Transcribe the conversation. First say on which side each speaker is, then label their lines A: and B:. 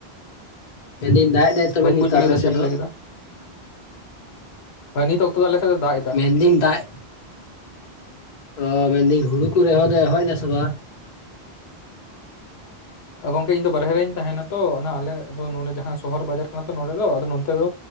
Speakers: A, on the left; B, on the left.
A: ᱢᱮᱱᱫᱟᱹᱧ ᱫᱟᱜ ᱮᱫᱟᱭ ᱛᱚᱵᱮ
B: ᱵᱟᱹᱧ
A: ᱱᱤᱛᱚᱜ
B: ᱵᱩᱡ ᱫᱟᱲᱮᱭᱟᱫᱟ
A: ᱟᱯᱮ ᱥᱮᱫ
B: ᱪᱮᱫ ᱮᱢ
A: ᱫᱚ
B: ᱞᱟᱹᱭ ᱠᱮᱫᱟ ᱦᱮᱸ, ᱱᱤᱛ ᱚᱠᱛᱚ ᱫᱚ ᱟᱞᱮ ᱥᱮᱫ ᱫᱚ ᱫᱟᱜ ᱮᱫᱟ
A: ᱢᱮᱱᱫᱤᱧ ᱫᱟᱜ ᱛᱚ ᱢᱮᱱᱫᱟᱤᱧ ᱦᱩᱲᱩ ᱠᱚ ᱨᱮᱦᱚᱭ ᱫᱚ ᱮᱦᱚᱵ ᱮᱱᱟ ᱥᱮ ᱵᱟᱝ?
B: ᱜᱚᱝᱠᱮ ᱤᱧ ᱫᱚ ᱵᱟᱨᱦᱮ ᱨᱮᱧ ᱛᱟᱦᱮᱱᱟ ᱛᱚ ᱟᱞᱮ ᱫᱚ ᱱᱚᱰᱮ ᱡᱟᱦᱟᱸ ᱥᱚᱦᱚᱨ ᱵᱟᱡᱟᱨ ᱠᱟᱱᱟ ᱛᱚ ᱱᱚᱰᱮ ᱫᱚ ᱟᱫᱚ ᱱᱚᱱᱛᱮ ᱫᱚ